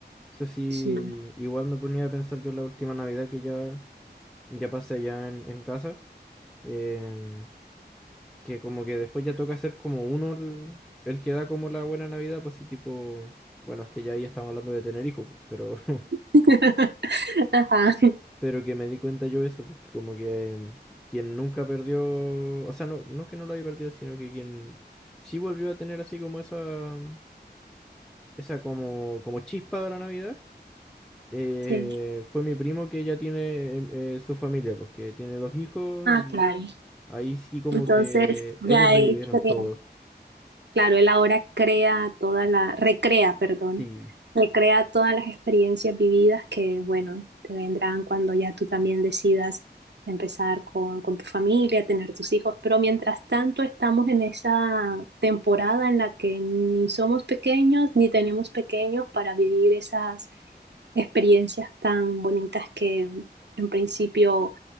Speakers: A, in the centre; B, on the right.
A: Eso sí,
B: Sí.
A: igual me ponía a pensar yo la última Navidad que ya, ya pasé allá en, en casa, em, que como que después ya toca ser como uno el, el que da como la buena Navidad, pues sí, tipo, bueno, es que ya ahí estamos hablando de tener hijos, pues, pero, <laughs>
B: <laughs> Ajá,
A: pero que me di cuenta yo eso, porque como que em, quien nunca perdió, o sea, no, no que no lo haya perdido, sino que quien sí volvió a tener así como esa, esa como, como chispa de la Navidad. eh,
B: sí.
A: fue mi primo que ya tiene em, eh, su familia, pues que tiene dos hijos
B: Ah,
A: y
B: claro.
A: ahí sí como
B: Entonces,
A: que
B: ya
A: ellos revivieron
B: él crea.
A: todo.
B: Claro, él ahora crea toda la, recrea, perdón,
A: Sí.
B: recrea todas las experiencias vividas que, bueno, te vendrán cuando ya tú también decidas empezar con, con tu familia, tener tus hijos. Pero mientras tanto estamos en esa temporada en la que ni somos pequeños ni tenemos pequeños para vivir esas experiencias tan bonitas que en principio